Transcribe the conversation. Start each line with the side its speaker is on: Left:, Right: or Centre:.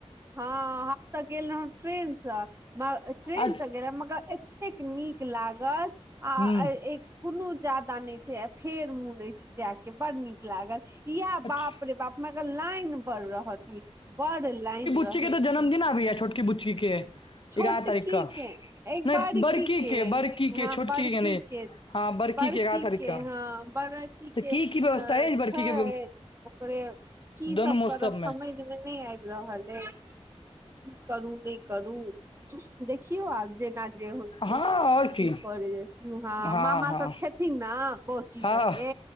Right: ह हम त गेल रहौं ट्रेन स, ट्रेन
Left: आज
Right: स गेल मगर ए एतेक नीक लागल आ
Left: हम्म
Right: एक कोनो ज्यादा नै छै आ फेर मोन ऐछ जाए के बड़ नीक लागल इएह
Left: अच्छा
Right: बाप
Left: हूँ
Right: रे बाप मगर लाइन बड़ रहत इ बड़ लाइन रहै
Left: ठीक अछि ते
Right: छै
Left: जन्मदिन आबै या छोटकी बुच्ची के
Right: छोटकी
Left: तारीख क
Right: के एक
Left: नहि
Right: बड़की के
Left: बड़की के
Right: हं
Left: छोटकी
Right: बड़की
Left: नहि
Right: के के
Left: हँ
Right: बड़की
Left: के एगारह तारीख
Right: के
Left: क
Right: हँ बड़की
Left: तऽ
Right: की के
Left: व्यवस्था अछि बड़की
Right: छैय
Left: के
Right: ओकरे, की
Left: दुनू
Right: सब
Left: महोत्सव
Right: करत समझ मे नै आबै रहल अछि की करू नै करू देखियौ आब जेना जे होय छै,
Left: हँ आओर
Right: कि
Left: की
Right: करी हं
Left: हँ
Right: मामा
Left: हँ
Right: सब छथिन ने बौची
Left: हँ
Right: सबके